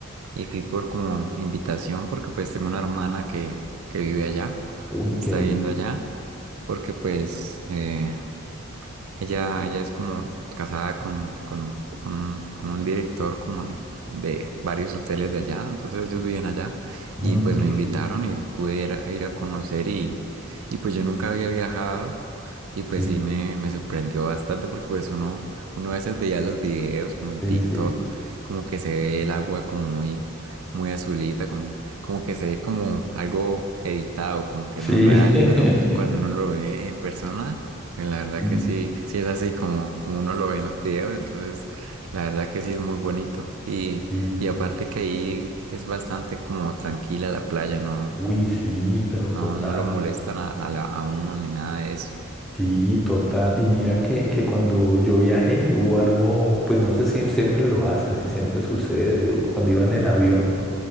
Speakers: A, on the right (about 85°); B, in the centre.
A: y fui por como invitación porque pues tengo una hermana que, que vive allá,
B: Uy,
A: está
B: qué bien.
A: viviendo allá, porque pues eh, Ella, ella es como casada con, con, con un, con un director como de, de varios hoteles de allá, entonces ellos viven allá
B: Mm,
A: y pues
B: qué
A: me invitaron
B: bien.
A: y pude ir a, ir a conocer y, y pues yo nunca había viajado y pues
B: Sí,
A: sí me, me sorprendió bastante porque pues uno, uno a veces veía los videos como en
B: sí,
A: TikTok,
B: sí.
A: como que se ve el agua como muy, muy azulita, como, como que se ve como algo editado, como que
B: Sí.
A: no es real,
B: <laughs>
A: pero cuando uno lo ve en persona eh, La verdad
B: Sí,
A: que sí, sí es así como, como uno lo ve en los videos, entonces la verdad que sí es muy bonito. Y,
B: sí.
A: y aparte que ahí es bastante como tranquila la playa, no,
B: Uy, sí, pero
A: no,
B: total.
A: no lo molestan a, a la- a uno ni nada de eso.
B: Sí, total. Y mira que, que cuando yo viajé hubo algo, pues no sé si siempre lo hacen, si siempre sucede, o cuando iba en el avión.